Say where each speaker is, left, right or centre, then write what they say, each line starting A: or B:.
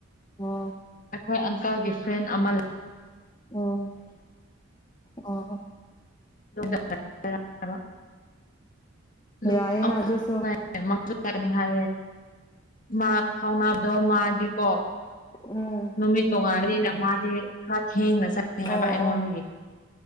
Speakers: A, on the left; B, on the left.
A: ꯑꯣ
B: ꯑꯩꯈꯣꯏ ꯑꯪꯀꯜꯒꯤ ꯐ꯭ꯔꯦꯟ ꯑꯃ ꯂ
A: ꯎꯝ ꯑꯣ
B: <unintelligible> <unintelligible>
A: ꯌꯥꯏꯌꯦꯅ ꯑꯗꯨꯁꯨ
B: ꯅꯤ ꯍꯥꯏꯌꯦ ꯃꯥ ꯐꯥꯎꯅꯕꯗꯣ ꯃꯥꯗꯤꯀꯣ
A: ꯎꯝ
B: ꯅꯨꯃꯤꯠ ꯇꯣꯉꯥꯜꯂꯤꯅ ꯃꯥꯗꯤ ꯈ꯭ꯔ ꯊꯦꯡꯅ ꯆꯠꯅꯤ ꯍꯥꯏꯕ
A: ꯑꯣ
B: ꯑꯩꯉꯣꯟꯗꯒꯤ
A: ꯑꯣ